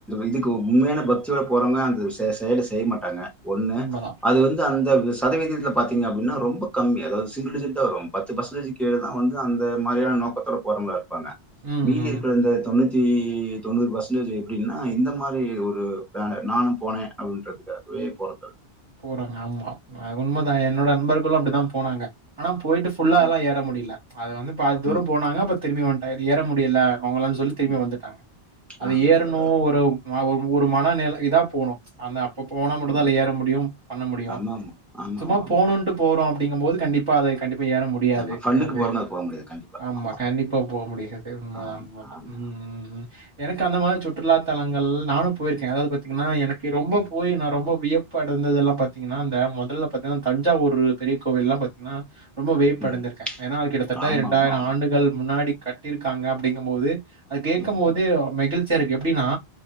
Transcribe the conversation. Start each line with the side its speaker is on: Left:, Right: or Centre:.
Centre: இதுக்கு கோ உண்மையான பக்தியோட போறவங்க அந்த செ செயலா செய்ய மாட்டாங்க ஒன்னு
Right: உண்மதான்.
Centre: அது வந்து அந்த விஸ்க் சதவீதத்தில் பாத்தீங்க அப்டின்னா ரொம்ப கம்மி அதாவது சிங்கிள் டிஜிட்டு தான் வரும் பத்து பர்சன்டேஜ் கீழ தான் வந்து அந்த இந்த மாரியான நோக்கத்தோட போறவங்களா இருப்பாங்க
Right: ம்,
Centre: மீதி
Right: ம்.
Centre: இந்த தொண்ணூத்தி தொண்ணூறு பர்சன்டேஜ் எப்டின்னா இந்த மாரி ஒரு பேன நானும் போனேன் அப்டின்றது இது அப்பவே போனது தான்
Right: போறாங்க ஆமா உண்மைதான் என்னோட நண்பர்களும் அப்டிதான் போனாங்க ஆனா போயிட்டு ஃபுல்லால்லா
Centre: ம்,
Right: ஏற முடியல அது வந்து பாதி தூரம்
Centre: ம்,
Right: போனாங்க அப்ப திரும்பி வந் ஏற முடியல அவங்கள்னு சொல்லி திரும்பி
Centre: ம்.
Right: வந்துட்டாங்க அது
Centre: அதான்
Right: ஏறணும்
Centre: அதான்
Right: ஒரு ஒரு மன நில இதா போணும் அந்த அப்ப போனா
Centre: அதான்.
Right: மட்டும் தான் ஏற முடியும் பண்ண முடியும்
Centre: ஆமாமா. ஆமாமாமா.
Right: சும்மா
Centre: ஆமா.
Right: போனுன்ட்டு
Centre: ஆமா
Right: போறோம் அப்டிங்கும் போது கண்டிப்பா அதை கண்டிப்பா ஏற முடி முடியாது
Centre: ஆமா ஆமா ஃபன்னுக்கு
Right: அது
Centre: பொறந்தா போக முடியாது. கண்டிப்பா.
Right: ஆமா
Centre: ஆமாமா.
Right: கண்டிப்பா போ முடியது உண்ம
Centre: ஆம்,
Right: தான் உண்ம தான்
Centre: ஆம்,
Right: ம்
Centre: ஆம்.
Right: ம் எனக்கு அந்த மாரி சுற்றுலா தலங்கள் நானும் போயிருக்கேன் அதாவது பாத்தீங்கன்னா எனக்கு ரொம்ப
Centre: ம்,
Right: போய் நான் ரொம்ப விய நடந்ததெல்லாம் பாத்தீங்கன்னா இந்த முதல்ல பாத்தீங்கன்னா தஞ்சாவூர் பெரிய கோவில் எல்லாம் பாத்தீங்கன்னா ரொம்போ வேயபடந்திருக்கேன்
Centre: ம்.
Right: ஏன்னா அது கிட்டத்தட்ட
Centre: ஆமாமாம்.
Right: இரண்டாயிரம் ஆண்டுகள் முன்னாடி கட்டியிருக்காங்க அப்டிங்கும் போது அது கேட்கும்
Centre: ம்,
Right: போதோ மெகிழ்ச்சியா இருக்கு எப்டின்னா